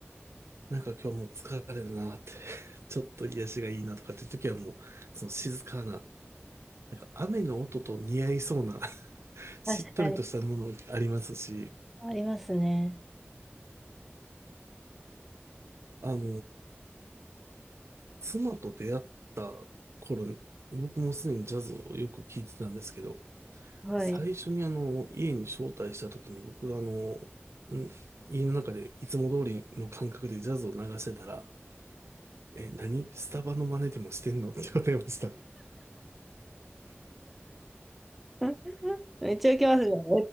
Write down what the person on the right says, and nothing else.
なんか今日もう疲れるなって <laughs> ちょっと癒しがいいなとかっていう時はもう、その静かな、なんか雨の音と似合いそうな <laughs> しっとりとしたものありますし、
あの妻と出会った頃、僕もすでにジャズをよく聴いてたんですけど、
最初にあの、家に招待した時に僕があの、ん家の中でいつも通りの感覚でジャズを流してたら、え、何スタバの真似でもしてんのって言われました。